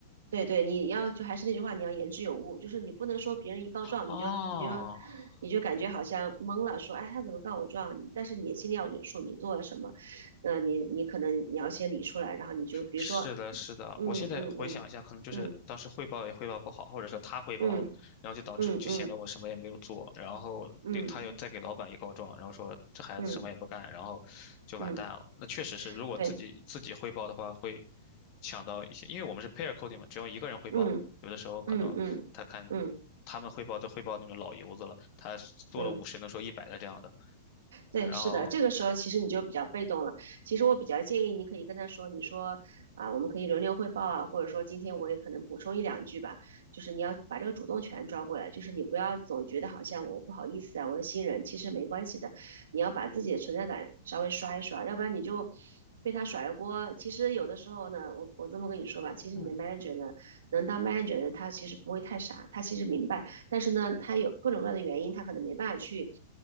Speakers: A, on the right (about 85°); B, on the left (about 40°).
A: 对对，你要就还是那句话，你要言之有物，就是你不能说别人一告状，
B: 哦
A: 你就你就你就感觉好像懵了，说哎他怎么告我状？但是你心里要有数，你做了什么，那你你可能你要先理出来，然后你就比如说
B: 是的，是的，
A: 嗯嗯嗯嗯
B: 我现在回想一下，可能就是当时汇报也汇报不好，或者说他汇报了，
A: 嗯
B: 然后就导致就显得我什么也没有做，
A: 嗯嗯
B: 然后那他又再给老板一告状，
A: 嗯
B: 然后说这孩子什么也不干，
A: 嗯
B: 然后就完蛋了。
A: 嗯，
B: 那确实是，如果自己自己汇报的话，
A: 对，
B: 会抢到一些，因为我们是 pair coding 嘛，只要一个人汇报嘛，
A: 嗯
B: 有的时候可能他看
A: 嗯嗯嗯嗯
B: 他们汇报都汇报那种老油子了，他做了五十能说一百的这样的，
A: 嗯对，
B: 然后
A: 是的，这个时候其实你就比较被动了。其实我比较建议你可以跟他说，你说啊，我们可以轮流汇报啊，或者说今天我也可能补充一两句吧。就是你要把这个主动权抓过来，就是你不要总觉得好像我不好意思啊，我是新人，其实没关系的。你要把自己的存在感稍微刷一刷，要不然你就被他甩了锅。其实有的时候呢，我我这么跟你说吧，其实你的
B: 嗯，
A: manager 呢，能当 manager 的人，他其实不会太傻，他其实明白但是呢，他有各种各样的原因，他可能没办法去